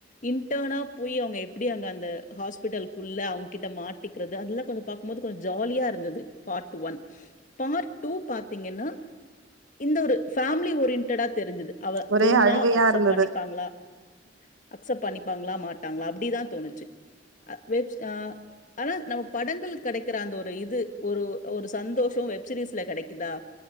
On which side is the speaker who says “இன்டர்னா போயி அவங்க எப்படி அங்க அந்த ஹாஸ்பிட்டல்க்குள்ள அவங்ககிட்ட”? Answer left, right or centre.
Left